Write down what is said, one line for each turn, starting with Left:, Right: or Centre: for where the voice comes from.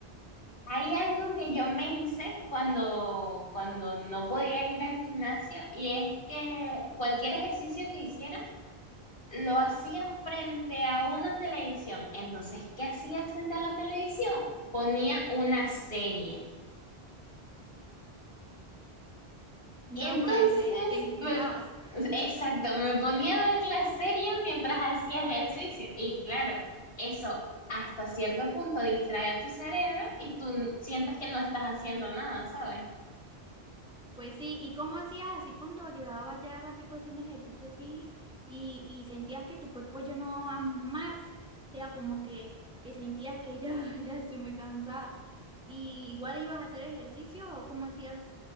Left: Hay algo que yo me hice cuando, cuando no podía ir al gimnasio y es que cualquier ejercicio que hiciera lo hacía frente a una televisión. Entonces, ¿qué hacía frente a la televisión? Ponía una serie.
Centre: No,
Left: Y entonces,
Centre: pues eh, te inspirabas.
Left: me- exacto, me ponía a ver la serie mientras hacía ejercicio. Y claro, eso hasta cierto punto distrae a tu cerebro y tú sientes que no estás haciendo nada, ¿sabes?
Centre: Pues sí, ¿y cómo hacías así cuando llevabas ya ratico haciendo ejercicio así y, y sentías que tu cuerpo ya no va más? O sea, como que, que sentías que ya, <laughs> ya estoy muy cansada. ¿Y igual ibas a hacer ejercicio o cómo hacías